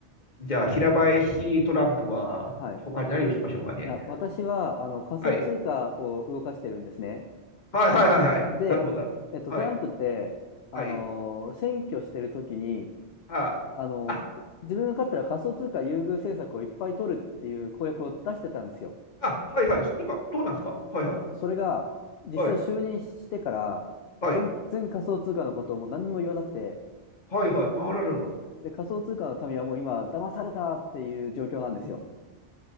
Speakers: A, on the left; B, on the left.
A: じゃあ、平林トランプは、
B: あはい。い
A: 他に何をしましょうかね。
B: や、私は、あの、仮想通貨を動かしてるんですね。
A: はい。はいはいはいはい。
B: で、
A: なるほど。
B: えっと、
A: はい。
B: トランプって、あのー選挙してる時に、
A: はい。あ
B: あの、
A: あ。あ、
B: 自分が勝ったら仮想通貨優遇政策をいっぱい取るっていう公約を出してたんですよ。
A: うんあ、はいはい。今、どうなんですかはいはい。
B: それが、実際就任してから、
A: はい。はい。
B: 全然仮想通貨のことをもう何にも言わなくて、
A: はいはい。あらららら。
B: で、仮想通貨の民はもう今、騙されたっていう状況なんですよ。
A: うん。